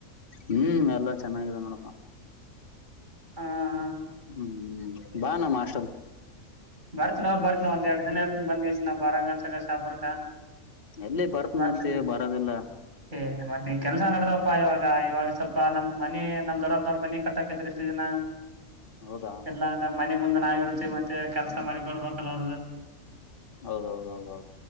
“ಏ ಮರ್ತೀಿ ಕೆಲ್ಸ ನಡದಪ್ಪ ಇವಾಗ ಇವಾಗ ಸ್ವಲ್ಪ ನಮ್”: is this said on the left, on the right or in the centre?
Right